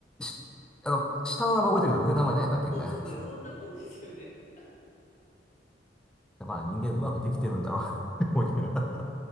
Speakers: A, in the centre; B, on the left.
A: しあの、下の名前覚えてるけど、上の名前何やったっけみたいな。
B: <laughs> そうそんなもんですよね。
A: <laughs> まあ、
B: う
A: 人間うまくできてるんだろうなって思いながら。